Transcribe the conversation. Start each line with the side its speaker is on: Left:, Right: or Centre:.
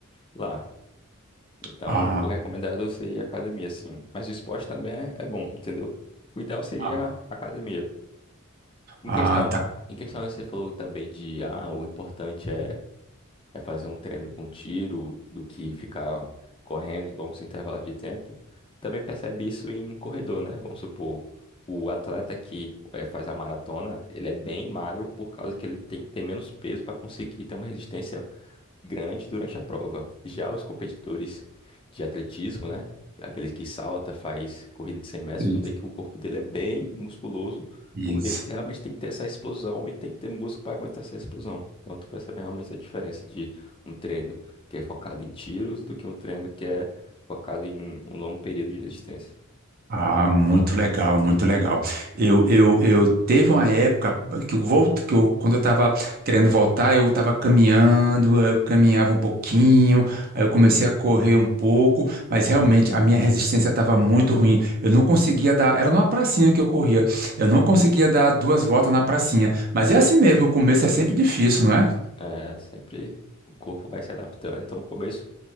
Left: lá. Então,
Right: Ah,
Left: o recomendado seria a academia, sim. Mas o esporte também é é bom, entendeu? O ideal seria
Right: ah,
Left: a academia. Em
Right: ah,
Left: questão,
Right: tá.
Left: em questão você falou também de ah, o importante é, é fazer um treino com tiro do que ficar correndo longos intervalos de tempo. Também percebe isso em corredor, né? Vamos supor, o atleta que eh, faz a maratona, ele é bem magro por causa que ele tem que ter menos peso para conseguir ter uma resistência grande durante a prova. Já os competidores de atletismo, né? Aqueles que salta, faz corrida de cem metros,
Right: Isso.
Left: tu vê que o corpo dele é bem musculoso,
Right: Isso.
Left: porque ele tem- realmente tem que ter essa explosão e tem que ter músculo para aguentar essa explosão. Então tu percebe realmente a diferença de um treino que é focado em tiros do que um treino que é focado em um longo período de resistência.
Right: Ah, muito legal, muito legal. Eu, eu, eu teve uma época que eu volto, que eu, quando eu estava querendo voltar, eu estava caminhando, eu caminhava um pouquinho, aí eu comecei a correr um pouco, mas realmente a minha resistência estava muito ruim. Eu não conseguia dar, era numa pracinha que eu corria, eu não conseguia dar duas voltas na pracinha. Mas é assim mesmo, o começo é sempre difícil, não é?
Left: É, sempre o corpo vai se adaptando. Então, o começo,